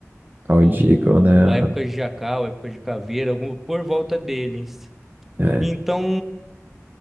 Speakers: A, on the right (about 35°); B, in the centre.
A: ao
B: ou
A: Deagle, né? Aham,
B: a época de Jacal, a época de Caveira, algum- por volta deles.
A: É.
B: Então,